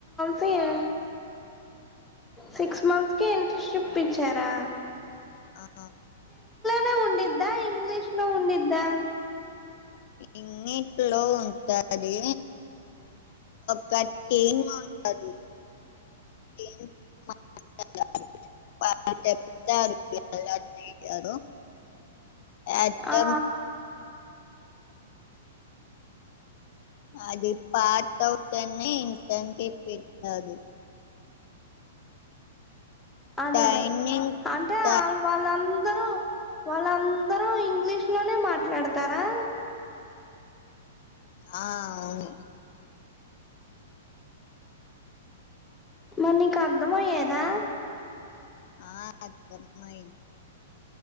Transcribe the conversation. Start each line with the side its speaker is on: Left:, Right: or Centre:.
Centre: సియా సిక్స్ మంత్స్ కి ఇంటర్షిప్ ప్పించారా
Left: ఆ
Centre: ల ఉండిద్దా ఇంగ్లీష్లో ఉండిద్దా
Left: ఇన్నిట్లో ఉంటది కటింగ్ <inaudible> <unintelligible> అటం
Centre: ఆ
Left: అది పార్టౌట్ అనే ఇంటర్న్షిప్ ఇస్తారు
Centre: అదేలే
Left: ట్రైనింగ్
Centre: అంటే
Left: త
Centre: వాళ్ వాళ్ళందరూ వాళ్ళంద ఇంగ్లీష్లోనే మాట్లాడ్తారా
Left: ఆ అవును.
Centre: మరి నీక్ అర్థమయ్యేదా
Left: ఆ అర్ధమైన్